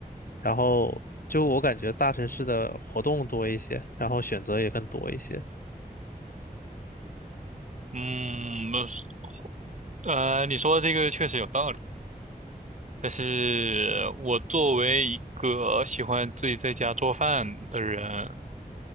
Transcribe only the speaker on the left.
然后就我感觉大城市的活动多一些，然后选择也更多一些。